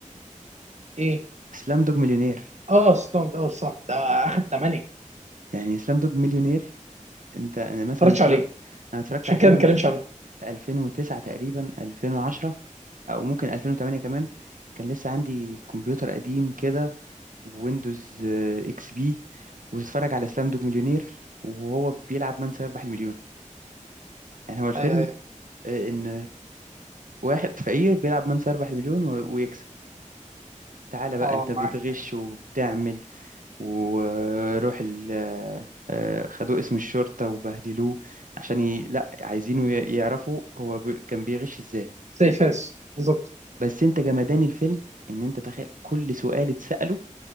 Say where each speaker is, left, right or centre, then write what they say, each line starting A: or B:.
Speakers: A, on the right; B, on the right.
A: ايه
B: اسلام دوج مليونير
A: اه ستاند اه صح ده اخد 8 ما
B: يعني اسلام دوج مليونير انت انا مثلا
A: اتفرجتش
B: اتفرجت
A: عليه
B: انا اتفرجت
A: عشان
B: على الفيلم
A: كده ما بتكلمش عنه
B: في 2009 تقريبا 2010 او ممكن 2008 كمان كان لسه عندي كمبيوتر قديم كده ويندوز اكس بي وتتفرج على اسلام دوج مليونير وهو بيلعب من سيربح المليون يعني هو الفيلم
A: ايوه ايوه
B: آه، ان واحد فقير بيلعب من 4 مليون و- ويكسب تعالى بقى
A: اه
B: انت بتغش
A: معاك
B: وبتعمل وروح ال آه، خدوه اسم الشرطة وبهدلوه عشان ي... لا عايزينه ي- يعرفوا هو ب... كان بيغش ازاي
A: زي فاس بالظبط
B: بس انت جمدان الفيلم ان انت تخيل كل سؤال اتسأله